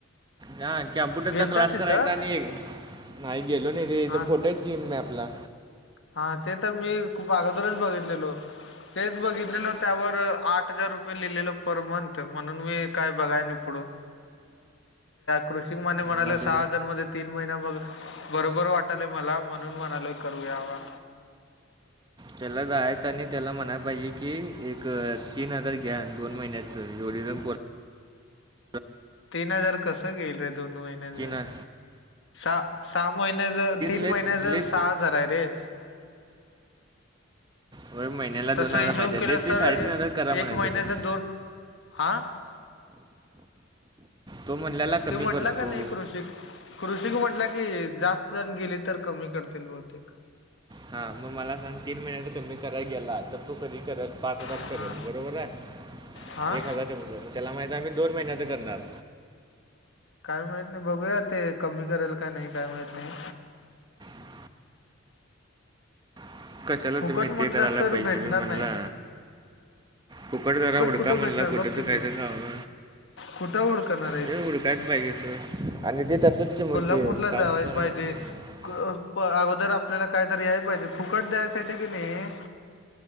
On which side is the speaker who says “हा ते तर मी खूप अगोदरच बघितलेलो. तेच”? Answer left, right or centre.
Left